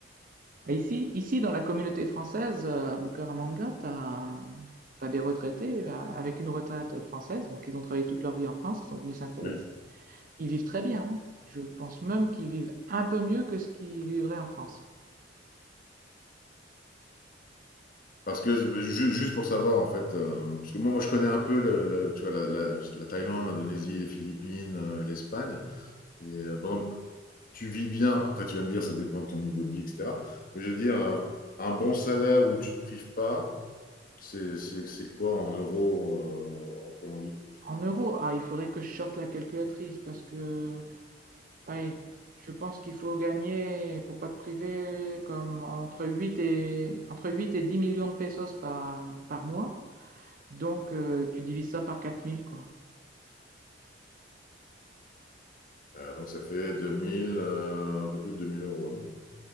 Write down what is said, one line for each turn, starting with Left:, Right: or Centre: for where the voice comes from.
Right: Et Ici, ici, dans la communauté française, euh, à Bucaramanga, tu as, t'as des retraités euh, avec une retraite française. Donc, ils ont travaillé toute leur vie en France, ils sont venus s'installer
Left: ouais.
Right: ici. Ils vivent très bien. hein. Je pense même qu'ils vivent un peu mieux que ce qu'ils vivraient en France.
Left: Parce que euh, ju- juste pour savoir en fait, euh, parce que moi, moi je connais un peu, le, le- tu vois, la, la- la Thaïlande, l'Indonésie, les Philippines, euh, l'Espagne. Et euh, par exemple, tu vis bien. Après tu vas me dire ça dépend de ton niveau de vie, etc. Mais je veux dire euh, un bon salaire où tu te prives pas C'est c'est, c'est quoi en euros euh, en Colombie
Right: En euros, ah, il faudrait que je sorte la calculatrice parce que Oui, je pense qu'il faut gagner, faut pas te priver, comme entre huit et, entre 8 et 10 millions de pesos par, par mois. Donc, euh, tu divises ça par 4000 quoi.
Left: Euh, Donc ça fait 2000, euh, un peu plus de 2000 euros, non